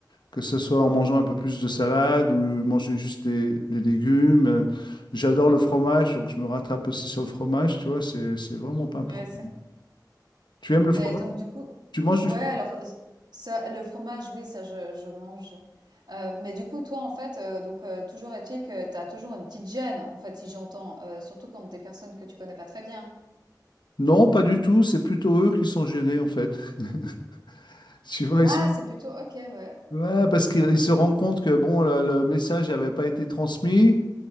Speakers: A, on the left; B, on the right.
A: que ce soit en mangeant un peu plus de salade ou manger juste des, des légumes. Euh, J'adore le fromage, donc je me rattrape aussi sur le fromage, tu vois, c'est, c'est vraiment pas un problème.
B: Ouais,
A: Tu aimes le
B: Mais
A: fromage?
B: donc du coup,
A: Tu manges
B: ouais,
A: du fromage?
B: alors euh, ça, le fromage, oui, ça je, je mange. Euh, mais du coup, toi, en fait, euh, donc euh, toujours est-il que tu as toujours une petite gêne, en fait, si j'entends, euh, surtout quand des personnes que tu connais pas très bien.
A: Non, pas du tout, c'est plutôt eux qui sont gênés en fait. <laughs> Tu vois,
B: Ah,
A: ils sont...
B: c'est plutôt ok, ouais,
A: Ouais, parce qu'ils ils se rendent compte que bon, le, le message n'avait pas été transmis.